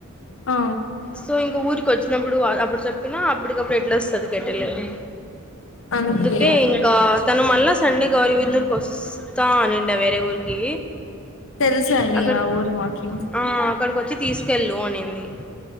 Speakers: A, on the left; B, in the centre.
A: ఆ
B: సో ఇంక ఊరికి వచ్చినప్పుడు అప్పుడు చెప్పినా అప్పటికప్పుడు ఎట్లా వస్తది కట్టెల్ అది
A: అంతే
B: అందుకే ఇంకా తను మళ్ళా సండే గౌరిబిదునూర్ వస్తా అని అన్నిండ వేరే ఊరికి
A: తెలుసండి
B: అక్కడ
A: ఆ ఊరు మాకి
B: ఆ అక్కడికి వచ్చి తీసుకెళ్ళు అనింది